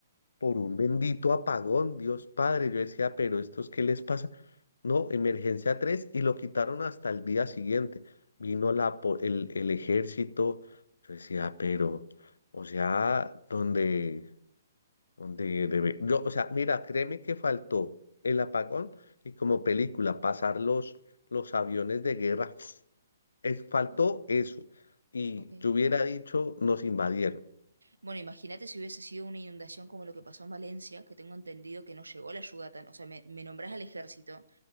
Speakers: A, on the left; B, on the right.
A: por un bendito apagón, Dios Padre. Yo decía, pero ¿estos qué les pasa? No, emergencia 3 y lo quitaron hasta el día siguiente. Vino la, po- el, el ejército. Yo decía, pero, o sea, donde, donde debe. Yo, o sea, mira, créeme que faltó el apagón y como película, pasar los, los aviones de guerra. Es, faltó
B: Wow,
A: eso. Y
B: ok.
A: yo hubiera dicho, nos invadieron.
B: Bueno, imagínate si hubiese sido una inundación como lo que pasó en Valencia, que tengo entendido que no llegó la ayuda tan, o sea, me, me nombrás al ejército.